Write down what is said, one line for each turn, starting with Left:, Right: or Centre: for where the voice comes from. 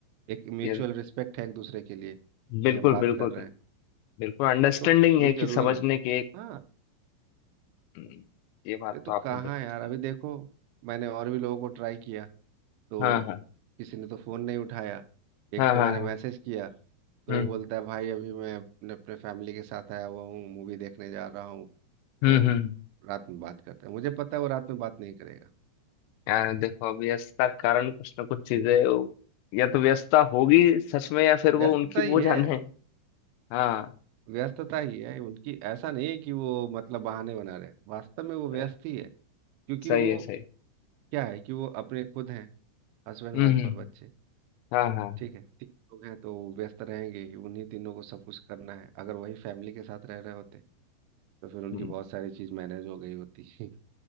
Right: एक म्यूचुअल
Left: ये
Right: रिस्पेक्ट है एक दूसरे के लिए कि
Left: बिल्कुल
Right: हम बात
Left: बिल्कुल
Right: कर रहे
Left: बिल्कुल
Right: हैं
Left: बिल्कुल अंडरस्टैंडिंग
Right: तो ये
Left: है
Right: जरूरी
Left: कि समझने
Right: होता है
Left: की एक
Right: हाँ
Left: हम्म, ये बात
Right: ये तो
Left: तो आपने
Right: कहाँ
Left: बिल्कुल
Right: यार
Left: सही
Right: अभी देखो मैंने और भी लोगों को ट्राई किया तो
Left: हाँ हाँ
Right: किसी ने तो फोन नहीं उठाया एक
Left: हाँ
Right: को
Left: हाँ
Right: मैंने
Left: हाँ,
Right: मैसेज किया तो
Left: हम्म
Right: वो बोलता है भाई अभी मैं अपने अपने फैमिली के साथ आया हुआ हूँ मूवी देखने जा रहा हूँ
Left: हम्म
Right: तो
Left: हम्म
Right: रात में बात करता है मुझे पता है वो रात में बात नहीं करेगा
Left: यार देखो अब व्यस्तता के कारण कुछ ना कुछ चीजें वो- या तो व्यस्तता होगी सच में या फिर वो
Right: व्यस्तता
Left: उनकी
Right: ही
Left: वो
Right: है
Left: जाने हाँ
Right: व्यस्तता ही है उनकी ऐसा नहीं है कि वो मतलब बहाने बना रहे हैं। वास्तव में वो
Left: सही
Right: व्यस्त ही है क्योंकि
Left: सही
Right: वो
Left: है सही
Right: क्या है कि वो अपने खुद हैं हस्बैंड
Left: हम्म
Right: वाइफ
Left: हम्म,
Right: और बच्चे
Left: हाँ हाँ
Right: ठीक है तीन लोग हैं तो व्यस्त रहेंगे ही, उन्हीं तीनों को सब कुछ करना है अगर वही फैमिली के साथ रह रहे होते तो फिर उनकी
Left: हम्म।
Right: बहुत सारी चीज़ मैनेज हो गई होती <laughs> है